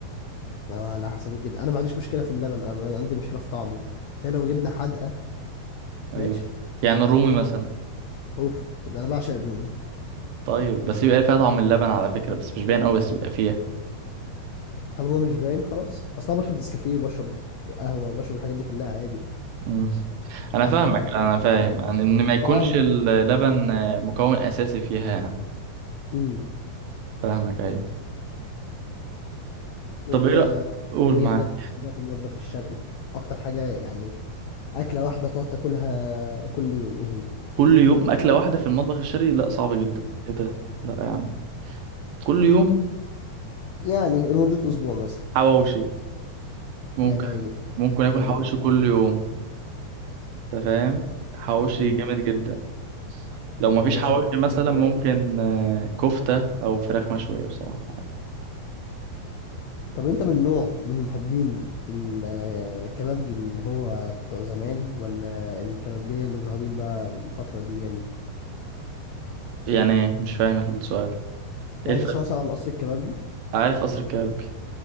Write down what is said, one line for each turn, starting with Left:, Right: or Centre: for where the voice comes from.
Left: أو على حسب الجبنة انا ما عنديش مشكلة في اللبن انا ما- عندي مشكلة في طعمه فلو جبنة حادقة
Right: ايوه
Left: ماشي
Right: يعني الرومي مثلا
Left: اوف ده انا بعشق الرومي
Right: طيب بس بيبقى فيها طعم اللبن على فكرة بس مش باين قوي بس بيبقى فيها
Left: طالما مش باين خلاص اصلا بشرب نسكافيه وبشرب قهوة وبشرب الحاجات دي كلها عادي
Right: مم. انا فاهمك
Left: لا القهوة
Right: انا
Left: الفرنساوي
Right: فاهم ان
Left: لكن
Right: إن ما
Left: الطعم
Right: يكونش اللبن آه، مكون اساسي فيها يعني
Left: امم
Right: فاهمك ايوه
Left: انت
Right: طب ايه رأيك قول
Left: ايه
Right: معاك
Left: حاجات بتحبها في المطبخ الشرقي اكتر حاجة يعني اكلة واحدة تقعد تاكلها كل يوم ايه هي
Right: كل يوم اكلة واحدة في المطبخ الشرقي لا صعب جدا
Left: مم.
Right: ايه ده لا يا عم كل يوم
Left: يعني لمدة اسبوع مثلا
Right: حواوشي ممكن
Left: يا رايق
Right: ممكن اكل
Left: حلو
Right: حواوشي
Left: قوي الحوار
Right: كل يوم انت فاهم حواوشي
Left: امم
Right: جامد جدا لو مفيش
Left: يا باشا
Right: حواوشي
Left: بروتين
Right: مثلا
Left: تلاقي
Right: ممكن آه، كفتة أو فراخ مشوية بصراحة
Left: طب انت من نوع من محبين ال- الكبابجي اللي هو بتوع زمان ولا الكبابجية اللي ظاهرين بقى الفترة دي جامد
Right: يعني إيه؟ مش فاهم السؤال
Left: يعني
Right: إيه الفرق
Left: تسمع مثلا عن قصر الكبابجي
Right: عارف قصر الكبابجي